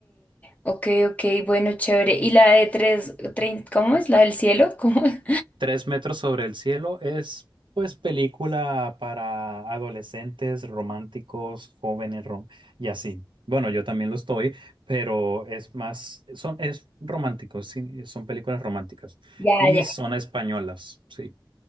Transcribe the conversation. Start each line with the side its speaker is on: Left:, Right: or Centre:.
Left: ok, ok, bueno, chévere. ¿Y la de tres, trein- cómo es? ¿La del cielo? ¿Cómo? <laughs> es?
Right: Tres metros sobre el cielo es, pues, película para adolescentes, románticos, jóvenes rom- y así. Bueno, yo también lo estoy, pero es más, son, es romántico, sí, son películas románticas
Left: Ya,
Right: y
Left: ya.
Right: son españolas, sí.